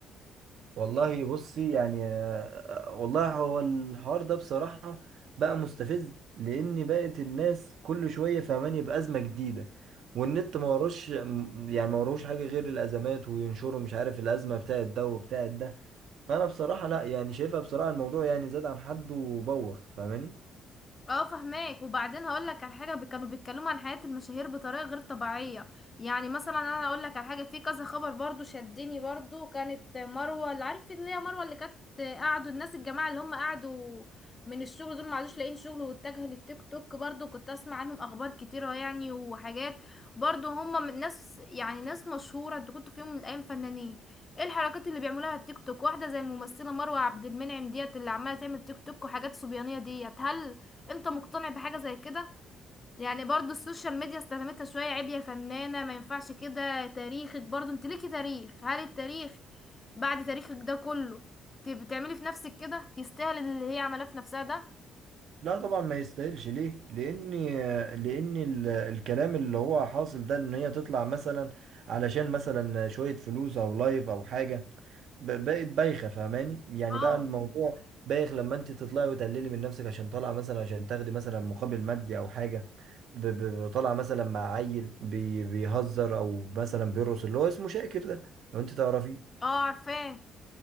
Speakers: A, on the right; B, on the left.
A: والله بصي يعني آه، آه، والله هو الحوار ده بصراحة بقى مستفز لأن بقت الناس كل شوية فهماني بأزمة جديدة والنت ما وروش م- يعني ما وروش حاجة غير الأزمات وينشروا مش عارف الأزمة بتاعت ده وبتاعت ده فأنا بصراحة لا يعني شايفها بصراحة الموضوع يعني زاد عن حد وبوخ فاهماني
B: اه فهماك وبعدين هقول لك على حاجه بي- كانوا بيتكلموا عن حياه المشاهير بطريقه غير طبيعيه يعني مثلا انا اقول لك على حاجه في كذا خبر برضو شدني برضو كانت مروه اللي عارف اللي هي مروه اللي كانت قعدوا الناس الجماعه اللي هم قعدوا من الشغل دول ما عادوش لاقيين شغل واتجهوا للتيك توك برضو كنت اسمع عنهم اخبار كتيره يعني وحاجات برضو هم من ناس يعني ناس مشهوره انت كنت في يوم من الايام فنانين ايه الحركات اللي بيعملوها على التيك توك واحده زي الممثله مروه عبد المنعم ديت اللي عماله تعمل تيك توك وحاجات صبيانيه ديت هل انت مقتنع بحاجة زي كده يعني برضو السوشيال ميديا استخدمتها شوية عيب يا فنانة ما ينفعش كده تاريخك برضو انت ليكي تاريخ هل التاريخ بعد تاريخك ده كله ت- بتعملي في نفسك كده تستاهل اللي هي عملاه في نفسها ده
A: لا طبعا ما يستاهلش ليه لان لان ال- الكلام اللي هو حاصل ده ان هي تطلع مثلا علشان مثلا شوية فلوس او لايف او حاجة ب- بقت بايخة فاهماني يعني
B: اه
A: بقى الموضوع بايخ لما انت تطلعي وتقللي من نفسك عشان طالعة مثلا عشان تاخدي مثلا مقابل مادي او حاجة ب- ب- طالعة مثلا مع عيل بي- بيهزر او مثلا بيرقص اللي هو اسمه شاكر ده لو انت تعرفيه
B: اه عارفاه